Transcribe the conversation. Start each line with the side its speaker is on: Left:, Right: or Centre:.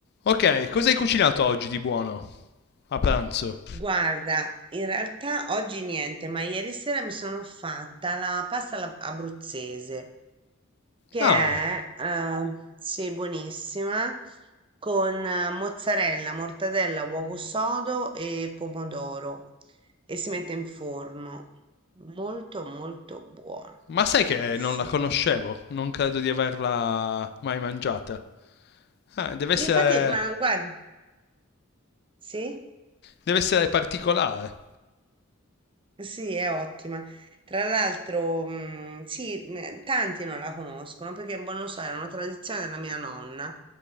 Left: Ok, cosa hai cucinato oggi di buono? A pranzo.
Right: Guarda, in realtà oggi niente, ma ieri sera mi sono fatta la pasta alla- abruzzese, che
Left: Ah,
Right: è, eh, sì, buonissima, con eh, mozzarella, mortadella, uovo sodo e pomodoro e si mette in forno. Molto, molto buona.
Left: ma sai che
Right: Sì.
Left: non la conoscevo? Non credo di averla mai mangiata. Ah, deve essere.
Right: Infatti, ma guarda, sì?
Left: deve essere particolare.
Right: Sì, è ottima. Tra l'altro, mh, sì, mh, tanti non la conoscono perché, boh, non lo so, era una tradizione della mia nonna